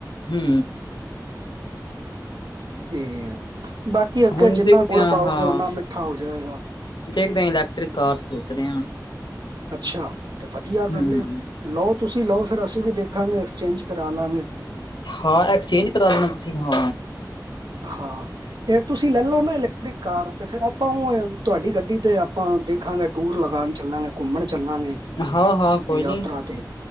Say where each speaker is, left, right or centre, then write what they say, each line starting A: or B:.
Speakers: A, on the left; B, on the right.
A: ਹੂੰ,
B: ਤੇ ਬਾਕੀ ਅੱਗੇ
A: ਹੁਣ
B: ਜਿੰਨਾ
A: ਦੇਖਦੇ
B: ਗੁੜ
A: ਹਾਂ
B: ਪਾਓਗੇ
A: ਹਾਂ
B: ਓਨਾ ਮਿੱਠਾ ਹੋ ਜਾਏਗਾ
A: ਦੇਖਦੇ ਇਲੈਕਟ੍ਰਿਕ ਕਾਰ ਸੋਚਰੇ ਹਾਂ
B: ਅੱਛਾ, ਤੇ ਵਧੀਆ
A: ਹੂੰ।
B: ਗੱਲ ਏ ਲਓ ਤੁਸੀਂ ਲਓ ਫਿਰ ਅਸੀਂ ਵੀ ਦੇਖਾਂਗੇ ਐਕਸਚੇਂਜ ਕਰਾ ਲਵਾਂਗੇ
A: ਹਾਂ ਐਕਸਚੇਂਜ ਕਰਾ ਲੈਣਾ ਤੁਸੀਂ ਹਾਂ
B: ਹਾਂ ਫਿਰ ਤੁਸੀਂ ਲੈ ਲਓ ਨਾ ਇਲੈਕਟ੍ਰਿਕ ਕਾਰ ਤੇ ਫੇਰ ਆਪਾਂ ਉਹ ਤੁਹਾਡੀ ਗੱਡੀ ਤੇ ਆਪਾਂ ਦੇਖਾਂਗੇ ਟੂਰ ਲਗਾਨ ਚੱਲਾਂਗੇ ਘੁੰਮਣ ਚੱਲਾਂਗੇ
A: ਹਾਂ ਹਾਂ ਕੋਈ
B: ਯਾਤਰਾ
A: ਨੀ
B: ਤੇ